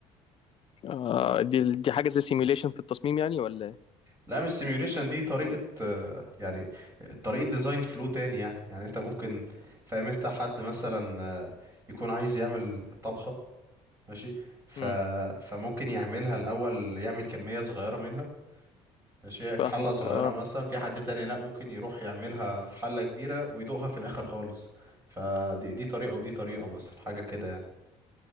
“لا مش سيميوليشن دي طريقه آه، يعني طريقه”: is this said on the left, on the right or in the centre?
Right